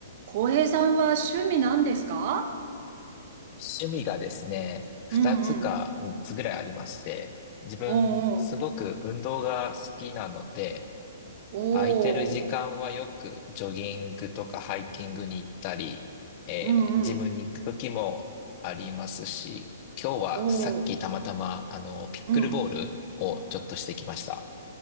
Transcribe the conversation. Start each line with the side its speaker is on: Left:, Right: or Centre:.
Right: 浩平さんは趣味なんですか
Left: 趣味がですね、二つか三つぐらいありまして、
Right: うんうん。
Left: 自分すごく運動が好きなので、
Right: おうおう。
Left: 空いてる時間はよくジョギングとかハイキングに行ったり、
Right: おう。
Left: えージムに行く時もありますし、
Right: うんうん。
Left: 今日はさっきたまたま、
Right: おう。
Left: あの、ピックルボールをちょっとしてきました。
Right: うん。